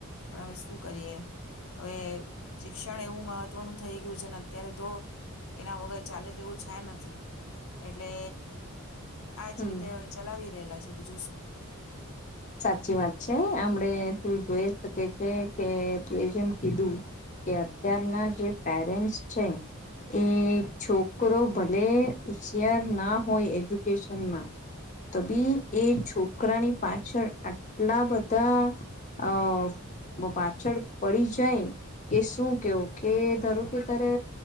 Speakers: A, on the left; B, on the left.
A: પણ હવે શું કરીએ હવે શિક્ષણ એવું મહત્વનું થઈ ગયું છે અત્યારે તો એના વગર ચાલે તેવું છે નથી, એટલે આજ
B: હમ
A: રીતે હવે ચલાવી રહેલા છે બીજું શું.
B: સાચી વાત છે આમડ તું જોઈ અજ શકે છે કે તું એ જેમ કીધું કે અત્યારના જે પેરેન્ટસ છે એ છોકરો ભલે હુશિયાર ના હોય એજ્યુકેશનમાં તો બી એ છોકરાની પા છળ આટલા બધા અહ પાછળ પડી જાય કે શું કેવું કે ધારો કે તારે